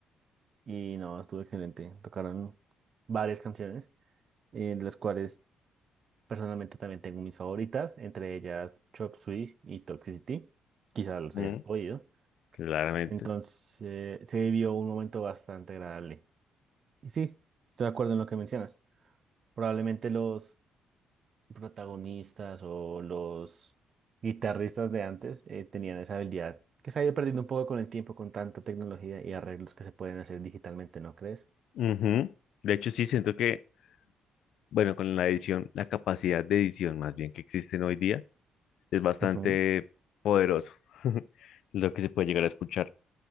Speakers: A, on the right; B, on the left.
A: y no, estuvo excelente. Tocaron varias canciones, eh, de las cuales Personalmente también tengo mis favoritas, entre ellas Chop Suey y Toxicity. Quizás las
B: ujú,
A: hayas oído.
B: claramente.
A: Entonces, eh, se vivió un momento bastante agradable. Y sí, estoy de acuerdo en lo que mencionas. Probablemente los protagonistas o los guitarristas de antes eh, tenían esa habilidad que se ha ido perdiendo un poco con el tiempo, con tanta tecnología y arreglos que se pueden hacer digitalmente, ¿no crees?
B: Ujú. De hecho, sí siento que, bueno, con la edición, la capacidad de edición más bien que existen hoy día, es bastante
A: Ujú.
B: poderoso <laughs> lo que se puede llegar a escuchar.